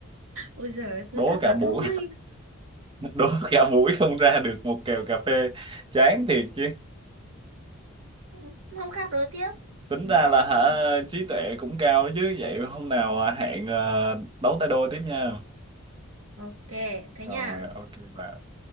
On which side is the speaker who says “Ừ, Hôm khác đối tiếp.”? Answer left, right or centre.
Right